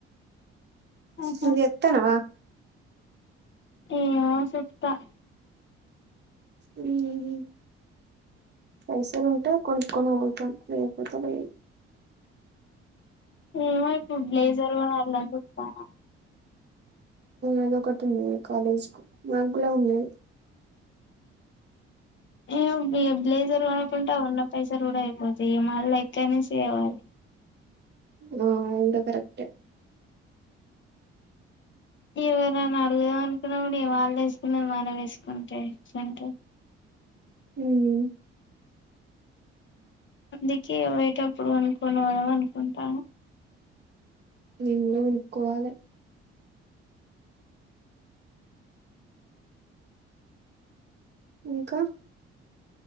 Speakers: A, on the left (about 35°); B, on the right (about 35°).
A: ఆహా
B: నువ్వు చేత్తున్నావా
A: ఏ ఆసత్తా
B: మ్మ్ పైసలు ఉంటే కొనుక్కొని పోతాం లేకపోతే లే
A: కు వైపు బ్లేజర్ కూడా వాల్లె అంట ఇత్తర
B: అదొకటి ఉంది కాలేజ్ కు మాకు కూడా ఉన్నాది
A: ఏవి యబ్ లలేజర్ కొనపుంట ఉన్నాం పైసలు కూడా అయిపోతయి ఏ మళ్ళ ఇట్లనే సేవాలి
B: ఆ ఆది కూడా కరెక్ట్
A: ఏవైనాని అడుగదాం అనుకున్నా ఏ వాళ్ళు వేసుకున్న మనం వేసుకుంటేంట
B: మ్మ్
A: అందుకే బయటప్పుడు అనుకునిద అనుకుంటాను
B: నేను కూడా కొనుక్కోవాలి ఇంకా